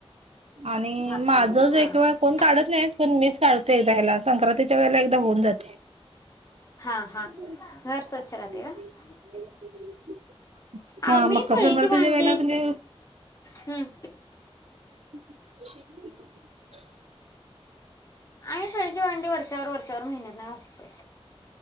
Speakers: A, on the right; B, on the left.
A: आणि
B: मागच्या
A: माझंच
B: महिन्यात
A: एक वेळ कोण काढत नाही. पण मीच काढते एकदा ह्याला संक्रांतीच्या वेळेला एकदा होऊन जाते. <inaudible>
B: हा हा हा घर स्वच्छ राहते का आम्ही
A: हा मकर
B: फळीची
A: संक्रांतीच्या
B: भांडी
A: वेळेला म्हणजे
B: हम
A: <inaudible>
B: आहे. फळीची भांडी वरच्यावर महिन्यातन असतोय.